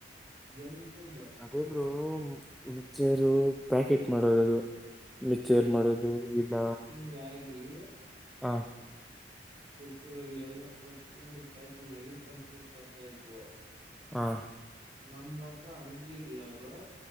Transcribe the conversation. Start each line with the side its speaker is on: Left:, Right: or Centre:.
Right: ಜಂಕ್ ಫುಡ್
Centre: ಅದೇಬ್ರು ಮಿಕ್ಚರು ಪ್ಯಾಕೆಟ್ ಮಾಡೋದದು ಮಿಚರ್ ಮಾಡೋದು ಇಲ್ಲ
Right: ಹೆಂಗಗೆ
Centre: ಹಾ
Right: ಕೂರೆಗಳ ಎಲ್ಲಾ ಪ್ರತಿಯೊಂದು ಪ್ಯಾಕಿಂಗ್ ಆಗಿ ಕಂಪ್ನಿ ಬರ್ತಾ ಇದ್ವು
Centre: ಹಾ
Right: ನಮ್ಮ್ ಹತ್ರ ಹಂಗಿಲ ಅವರು